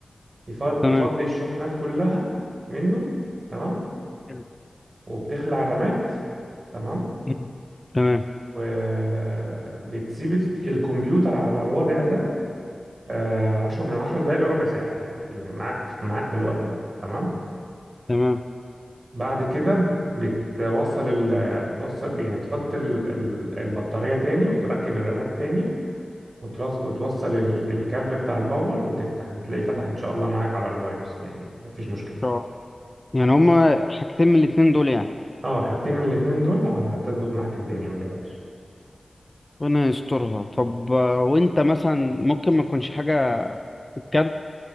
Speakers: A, on the right (about 55°); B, on the left (about 25°).
A: يفض-
B: تمام
A: يفضي مم. الشحنات كلها منه تمام
B: حلو.
A: وبتخلع الرامات تمام
B: مم. تمام
A: وبتسيب الت- الكمبيوتر على الوضع ده آه، عشر من عشر دقايق لربع ساعة يعني في ال- معاك معاك في الوقت ده تمام
B: تمام ان
A: بعد كده ب- بتوصل ال بتوصل يعني بتحط ال- ال- البطارية تاني وتركب الرامات تاني وترص- وتوصل ال- الكابل بتاع الباور وتفتح بتلاقيه فتح ان شاء الله معاك على البايوس يعني مفيش مشكلة
B: شاء الله يعني هما حاجتين من الاتنين دول يعني
A: اه حاجتين من الاتنين دول هتظبط معاك الدنيا ما تقلقش
B: ربنا يسترها طب آه، وانت مثلا ممكن ما تكونش حاجة في الكارت